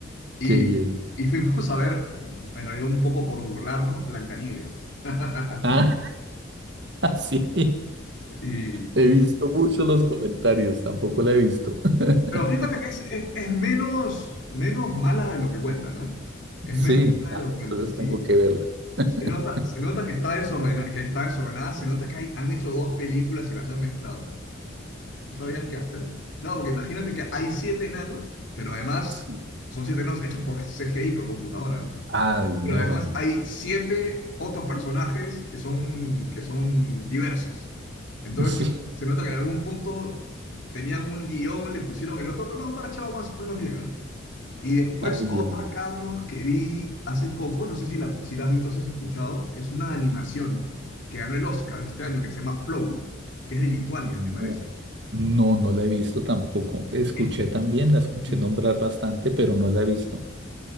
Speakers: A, on the left; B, on the right.
A: y,
B: qué bien.
A: y fuimos a ver, en realidad un poco por burlarnos, Blancanieves. <laughs>
B: Ah, <laughs> sí.
A: Y,
B: He visto mucho los comentarios, tampoco la he visto. <laughs>
A: Pero fíjate que es, es- es menos, menos mala de lo que cuentan, ¿ah? Es
B: Sí,
A: menos mala
B: ah,
A: de lo
B: no,
A: que
B: entonces
A: cuentan, sí.
B: tengo que verla. <laughs>
A: Se nota, se nota que está desordenada, que está desordenada, se nota que hay- han hecho dos películas y las han mezclado. No sabían qué hacer. Claro, porque imagínate que hay siete enanos, pero además
B: Sí.
A: son siete enanos hechos por CGI, por computadora, ¿no?
B: Ay, no.
A: Pero además hay siete otros personajes que son, que son diversos. Entonces
B: <laughs> Sí.
A: se, se nota que en algún punto tenían un guión, le pusieron el otro, pero lo han parchado más o menos bien, ¿ah? Y después
B: Ay,
A: otra,
B: yo
A: Carlos, que vi hace poco, no sé si la, si la has visto o si has escuchado, es una animación que ganó el Oscar este año, que se llama Flow, que es de Lituania,
B: no.
A: me parece.
B: No, no la he visto tampoco. Escuché
A: Eh,
B: también, la escuché
A: ¿Mm?
B: nombrar bastante, pero no la he visto.